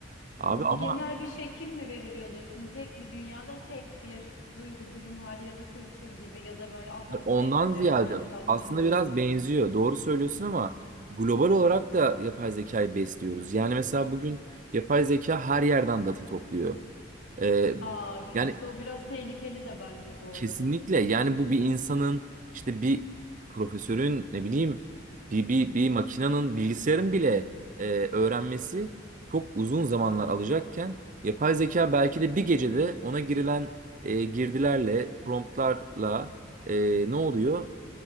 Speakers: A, on the right; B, on the left.
A: Abi
B: Hı hı.
A: ama
B: Genel bir şekil mi veriliyor diyorsun? Tek bir dünyada tek bir duygu, durum hali ya da kültür gibi ya da böyle adapte
A: ondan
B: etme,
A: ziyade
B: organizasyonu
A: aslında biraz
B: gibi.
A: benziyor. Doğru söylüyorsun ama global olarak da yapay zekayı besliyoruz. Yani mesela bugün yapay zeka her yerden data topluyor. Ee,
B: Aa evet
A: yani
B: işte o biraz tehlikeli de bence bu
A: Kesinlikle
B: arada.
A: yani bu bir insanın işte bir profesörün ne bileyim bir, bir, bir makinenin bilgisayarın bile e, öğrenmesi çok uzun zamanlar alacakken yapay zeka belki de bir gecede ona girilen e, girdilerle promptlarla e, ne oluyor?